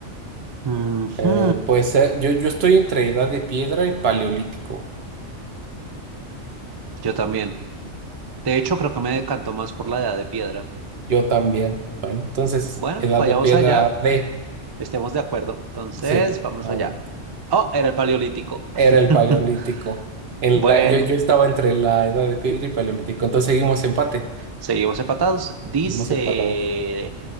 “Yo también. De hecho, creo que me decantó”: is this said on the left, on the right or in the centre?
Right